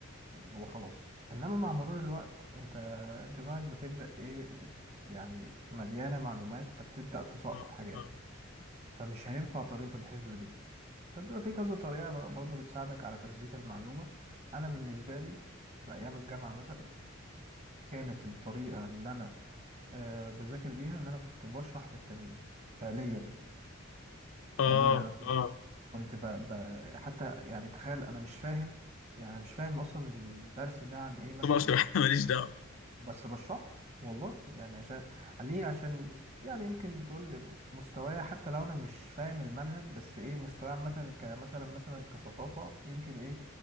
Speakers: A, on the right; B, on the left.
A: وخلاص انما مع مرور الوقت انت دماغك بتبدأ ايه بت يعني مليانة معلومات فبتبدأ تسقط
B: اه
A: حاجات
B: اه
A: فمش هينفع طريقة الحفظ دي فبيبقى في كذا طريقة ب- برضو بتساعدك على تثبيت المعلومة انا بالنسبة لي في ايام الجامعة مثلا كانت الطريقة اللي انا أه بذاكر بيها ان انا كنت بشرح للتانيين فعليا
B: اه
A: فعليا انا
B: اه اه
A: كنت ب... ب... حتى يعني تخيل انا مش فاهم يعني أنا مش فاهم اصلا الدرس ده عن ايه
B: بس
A: مثلا
B: بشرح <laughs> ماليش دعوه
A: بس بشرحه والله يعني عشان ليه عشان يعني يمكن تقول مستواي حتى لو انا مش فاهم المنهج بس ايه مستواي عامه كمثلا مثلا كثقافه يمكن ايه